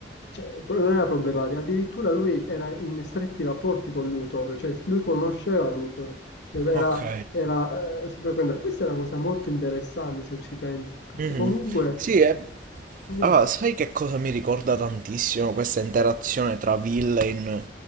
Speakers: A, on the left (about 65°); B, on the right (about 45°).
A: cioè, pro- non era problematico, addirittura lui era in stretti rapporti con Luthor, cioè lui conosceva Luthor, cioè era,
B: Ok.
A: era, eh, si frequenta. Questa è una cosa molto interessante se ci pensi, perché
B: Mhm.
A: comunque...
B: Sì, è...
A: di-
B: Allora, sai che cosa mi ricorda tantissimo questa interazione tra villain